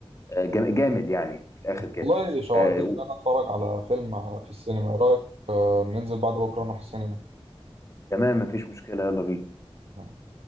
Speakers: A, on the left; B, on the right.
A: آه، جام- جامد يعني من الاخر كده
B: والله شوقتني
A: آه، و-
B: إن أنا أتفرج على فيلم في السينما إيه رأيك آه، ننزل بعد بكرة نروح السينما
A: تمام مفيش مشكله يلا بينا
B: تمام